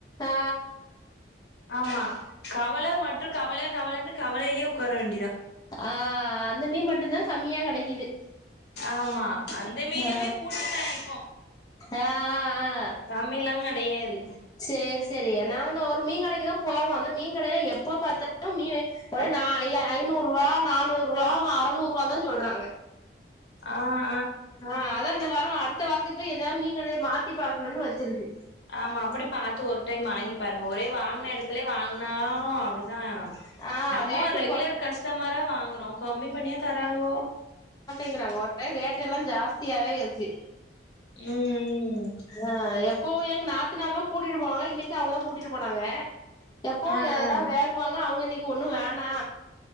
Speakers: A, on the left; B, on the left.
A: ஆ
B: ஆமா கவல மட்டு கவல கவலன்னு கவலையிலயே உக்கார வேண்டியதா
A: ஆஹ் அந்த மீன் மட்டுதா கம்மியா கெடைக்குது
B: ஆமா அந்த மீனுமே
A: ஆ
B: கூட்டிட்டா இப்போ
A: ஆ ஆ
B: கம்மில்லா கெடையாது
A: செரி செரி நாங்க ஒரு மீன் கடைக்குதா போவோ அந் மீன் கடைல எப்ப பாத்தாலு மீன் ஒரு ஐ ஐநூறு ரூபா நானூறு ரூபா அறநூறு ரூபா தா சொல்றாங்க
B: ஆஹ்
A: ஆஹ் அதா இந்த வாரோ அடுத்த வாரத்துக்கிட்ட ஏதாவது மீன் கடைய மாத்தி பாக்கணுன்னு வச்சுருக்கு
B: ஆமா அப்டி பாத்து ஒரு டைம் வாங்கி பாருங்க ஒரே வாங்கின எடத்துலே வாங்கினாலு அப்டிதா
A: ஆ
B: நம்ம
A: ரேட்டு
B: ஒரு ரெகுலர்
A: கொ
B: கஸ்டமரா வாங்குறோ கம்மி பண்ணியா தரானுவோ
A: ங்கறாங்க ஒரே ரேட் எல்லா ஜாஸ்தியாவே இருக்கு
B: ம் ம்
A: ஆஹ் எப்போவு எங்க நாத்தனார் தா கூட்டிட்டு போவாங்க இன்னைக்கு அவுங்கதா கூட்டிட்டு போனாங்க எப்போ
B: ஆ
A: ஏதாவது
B: ஆ
A: வேங்குவாங்க அவுங்க இன்னைக்கு ஒண்ணு வேணா